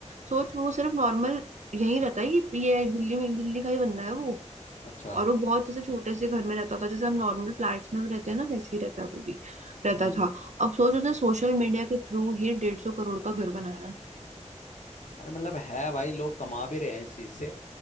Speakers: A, on the right; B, on the left.
A: सोच वो सिर्फ नॉर्मल यहीं रहता है ये ये दिल्ली में दिल्ली का ही बंदा है वो
B: अच्छा
A: और वो बहुत जैसे छोटे से घर में रहता होता है जैसे हम नॉर्मल फ्लैट्स में रहते हैं ना वैसे ही रहता है वो भी रहता
B: हम्म
A: था अब सोच उसने सोशल मीडिया के थ्रू ही डेढ़ सौ करोड़ का घर बनाया है।
B: अरे मतलब है भाई लोग कमा भी रहे हैं इस चीज से